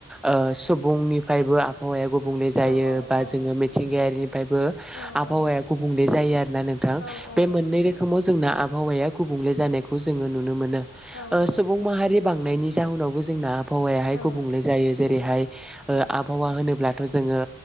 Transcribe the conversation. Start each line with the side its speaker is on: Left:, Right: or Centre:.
Centre: ओ सुबुंनिफ्रायबो आबहावाया गुबुंले जायो
Left: औ औ
Centre: बा
Left: औ
Centre: जोङो मिथिंगायारिनि फायबो
Left: औ
Centre: आबहावाया
Left: औ
Centre: गुबुंले जायो आरोना नोंथां।
Left: औ औ
Centre: बे
Left: नंगौ
Centre: मोननै
Left: नोंथां
Centre: रोखोमाव जोंना आबहावाया गुबुंले जानायखौ जोङो नुनो मोनो
Left: औ
Centre: ओ
Left: औ
Centre: सुबुं माहारि बांनायनि जाउनावबो जोंना आबहावायाहाय
Left: औ
Centre: गुबुंले जायो जेरैहाय ओ
Left: औ
Centre: आबहावा होनोब्लाथ' जोङो